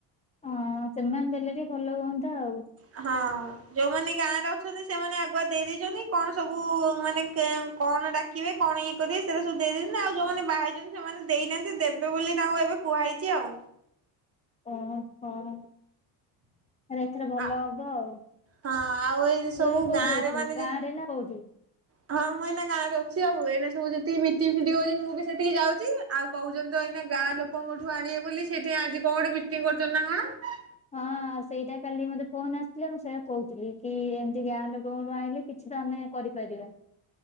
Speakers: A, on the left; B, on the right.
A: ହଁ ସେମାନେ ଦେଲେ ବି ଭଲ ହୁଅନ୍ତା ଆଉ।
B: ହଁ ଯୋଉମାନେ ଗାଁରେ ଅଛନ୍ତି ସେମାନେ ଆଗୁଆ ଦେଇ ଛନ୍ତି କଣ ସବୁ ମାନେ କଣ ଡାକିବେ କଣ ଇଏ କରିବେ ସେଇଟା ସବୁ ଦେଇଦଛନ୍ତି ଆଉ ଯୋଉମାନେ ବହାହେଇଛନ୍ତି ସେମାନେ ଦେଇନାହାନ୍ତି ଦେବେ ବୋଲି ତାଙ୍କୁ ଏବେ କୁହା ହେଇଛି ଆଉ
A: ଓ ହୋ ଆରେ ଏଥର ଭଲ
B: ଆ
A: ହବ ଆଉ।
B: ହଁ ଆଉ ଏଇ
A: ତୁ
B: ସବୁ
A: ଏବେ କୋଉଠି
B: ଗାଁ
A: ଅଛୁ
B: ରେ ମାନେ ଯେ
A: ଗାଁ ରେ ନା କୋଉଠି?
B: ହଁ ମୁଁ ଏଇନା ଗାଁ ରେ ଅଛି। ଆଉ ଏଇନା ସବୁ ଯେତିକି ମିଟିଂ ଫିଟି ହଉଛି ମୁଁ ବି ସେତିକି ଯାଉଛି। ଆଉ କହୁଛନ୍ତି ତ ଏଇନା ଗାଁ ଲୋକଙ୍କଠୁ ଆଣିବେ ବୋଲି ସେଠି ଆଜି କଣ ଗୋଠେ ମିଟିଂ କରୁଛନ୍ତି ନା କଣ?
A: ହଁ ସେଇଟା କାଲି ମତେ ଫୋନ ଆସିଥିଲା ମୁଁ ସେଇଆ କହୁଥିଲି କି ଏମିତି ଗାଁ ଲୋକଙ୍କଠୁ ଆଣିଲେ କିଛି ତ ଆମେ କରିପାରିବା।